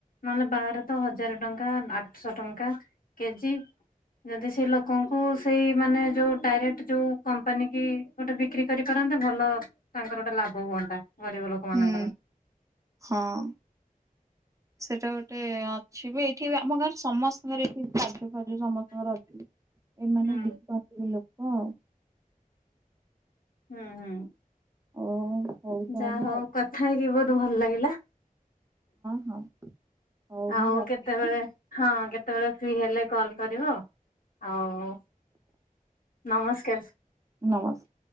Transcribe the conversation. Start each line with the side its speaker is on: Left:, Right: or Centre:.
Left: ନହେଲେ ବାହାରେ ତ ହଜାର ଟଙ୍କା ଆଠଶହ ଟଙ୍କା କେଜି ଯଦି ସେ ଲୋକଙ୍କୁ ସେଇ ମାନେ ଯୋଉ ଡାଇରେକ୍ଟ ଯୋଉ କମ୍ପାନୀ କି ଗୋଟେ ବିକ୍ରି କରିପାରନ୍ତେ ଭଲ ତାଙ୍କର ଗୋଟେ ଲାଭ ହୁଅନ୍ତା ଗରିବ ଲୋକ ମାନଙ୍କର
Right: ହୁଁ ହଁ। ସେଟା ଗୋଟେ ଅଛି ବି ଏଇଠି ଆମ ଗାଁରେ ସମସ୍ ରେ ଏଠି କାଜୁ ଫାଜୁ ସମସ୍ତଙ୍କର ଅଛି ଏମାନେ
Left: ହୁଁ
Right: ବିକନ୍ତି ଲୋକ
Left: ହୁଁ ହୁଁ।
Right: ଓ ହଉ ତାହେଲେ
Left: ଯାହା ହଉ
Right: ଆଉ
Left: କଥା ହେଇକି ବହୁତ ଭଲ ଲାଗିଲା।
Right: ହଁ ହଁ ହଉ
Left: ଆଉ
Right: ମୁଁ ରଖିଲି
Left: କେତେବେଳେ ହଁ କେତେବେଳେ ଫ୍ରି ହେଲେ କଲ କରିବ ଆଉ। ଆଉ ନମସ୍କାର।
Right: ନମସ୍କାର।